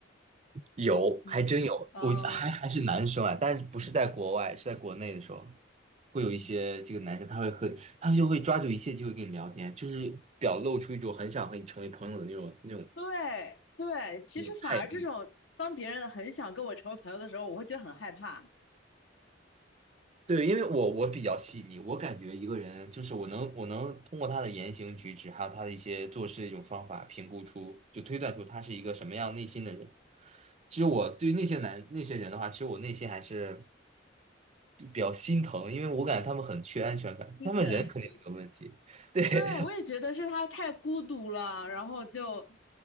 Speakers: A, on the right; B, on the left.
A: 有，
B: 你，
A: 还真有，
B: 嗯，
A: 我还还是男生啊，但是不是在国外，是在国内的时候，会有一些这个男生，他会很，他就会抓住一切机会跟你聊天，就是表露出一种很想和你成为朋友的那种那种
B: 对对，其实反而这种当别人很想跟我成为朋友的时候，
A: 那种态度。
B: 我会觉得很害怕、
A: 对，因为我我比较细腻，我感觉一个人就是我能我能通过他的言行举止，还有他的一些做事的一种方法，评估出就推断出他是一个什么样内心的人。其实我对于那些男那些人的话，其实我内心还是就比较心疼，因为我感觉他们很缺安全感，
B: 心疼。
A: 他们人肯定没有问题，
B: <laughs>
A: <laughs> 对，
B: 对，我也觉得是他太孤独了，然后就